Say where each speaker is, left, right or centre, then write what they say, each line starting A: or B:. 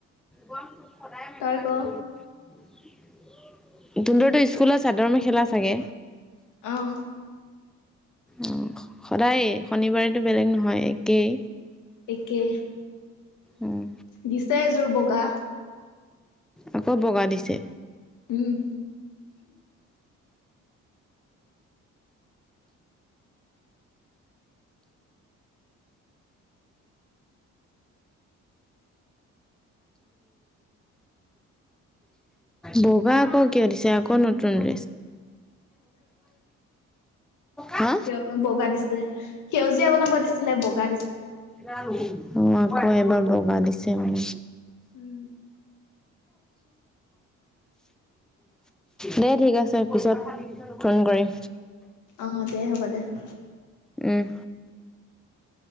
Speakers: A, in the centre; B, on the left.
A: তোতৰটো
B: তই ক?
A: স্কুলত চাদৰ মেখেলা চাগে
B: আহঁ।
A: অ সদায়ে শনিবাৰেতো বেলেগ নহয় একেই
B: একে
A: উম
B: দিছে এযোৰ বগা
A: আকৌ বগা দিছে।
B: উম
A: বগা আকৌ কিয় দিছে আকৌ নতুন <unintelligible> হা
B: সি আকৌ বগা দিছে সেউজীয়া বনাব দিছিলে বগা দিছে।
A: জানো অ আকৌ এবাৰ বগা দিছে মানে
B: উম,
A: দেই ঠিক আছে পিছত ফোন কৰিম।
B: অ' দে <inaudible>
A: উম